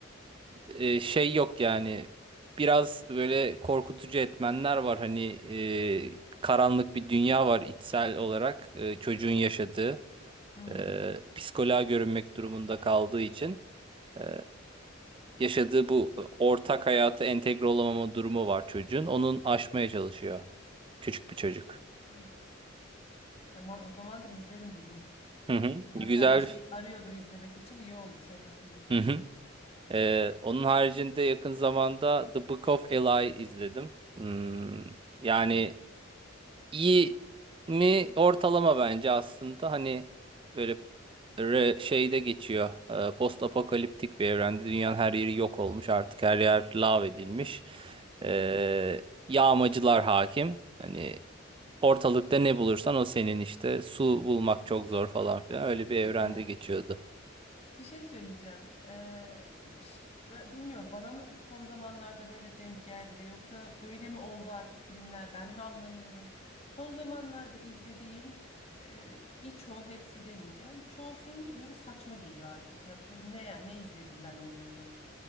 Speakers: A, on the right; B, on the left.
A: e, şey yok yani biraz böyle korkutucu etmenler var hani e, karanlık bir dünya var içsel olarak e, çocuğun yaşadığı
B: Hmm.
A: e, psikoloğa görünmek durumunda kaldığı için e, yaşadığı bu ortak hayata entegre olamama durumu var çocuğun onun aşmaya çalışıyor küçük bir çocuk.
B: Evet. Tamam o zaman izlerim bugün.
A: Hı hı.
B: Zaten
A: Güzel.
B: bir şey arıyordum izlemek için iyi oldu senin söylediğin.
A: Hı hı. E, onun haricinde yakın zamanda The Book of Eli izledim. Hmm, yani
B: Hmm.
A: iyi mi ortalama bence aslında hani böyle re- şeyde geçiyor e, post apokaliptik bir evrende dünyanın her yeri yok olmuş artık her yer lav edilmiş
B: Hmm.
A: E, yağmacılar hakim hani ortalıkta ne bulursan o senin işte su bulmak çok zor falan filan öyle bir evrende
B: Hadi ya.
A: geçiyordu.
B: Bir şey söyleyeceğim. Ee, ş- ben bilmiyorum bana mı son zamanlarda böyle denk geldi yoksa böyle mi oldu artık filmler ben mi anlamıyorum. Son zamanlarda izlediğim e, birçoğu hepsi demeyeceğim. Çoğu film böyle saçma geliyor artık. Yani bu ne ya ne izledim ben oluyorum.